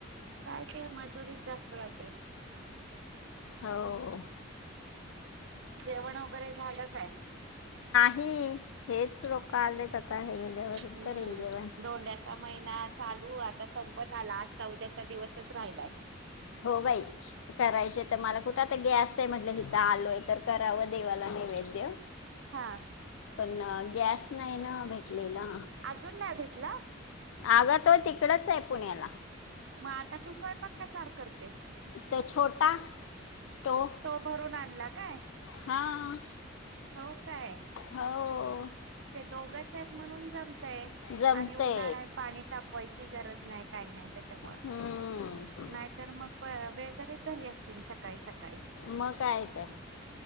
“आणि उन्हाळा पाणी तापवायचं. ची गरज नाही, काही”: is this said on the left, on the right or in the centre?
Right